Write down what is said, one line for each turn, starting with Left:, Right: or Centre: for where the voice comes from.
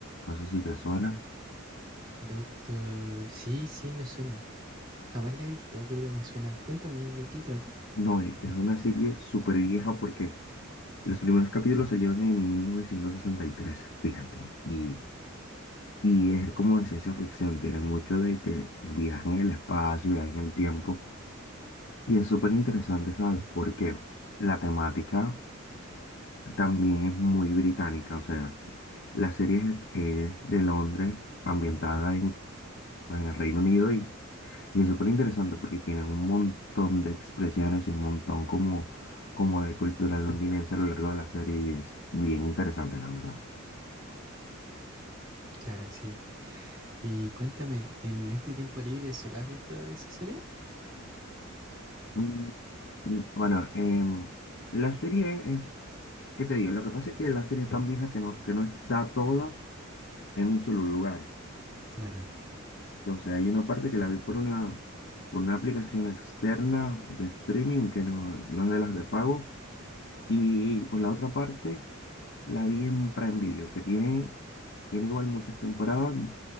Left: no sé si te suena.
Right: Doc- doctor, sí, sí, me suena. Jamás la he visto, pero me suena. Cuéntame, ¿de qué trata?
Left: No, e- es una serie súper vieja porque los primeros capítulos salieron en 1963, fíjate, y, y es como de ciencia ficción, tiene mucho de que viajan en el espacio, viajan en el tiempo, y es súper interesante, ¿sabes? Porque la temática también es muy británica, o sea, la serie es, es de Londres, ambientada en, pues, en el Reino Unido Y es súper interesante porque tienen un montón de expresiones y un montón como, como de cultura londinense a lo largo de la serie y es bien interesante, la verdad.
Right: Claro, sí. Y cuéntame, ¿en este tiempo libre solo has visto esa serie?
Left: Mm, mm, Bueno, em, la serie es, ¿qué te digo? Lo que pasa es que la serie es tan vieja que no, que no está toda en un solo lugar.
Right: Claro,
Left: Entonces hay una parte que la vi por una, por una aplicación externa de streaming que no, no es de las de pago y pues la otra parte... La vi en Prime Video, que tiene, tiene igual muchas temporadas,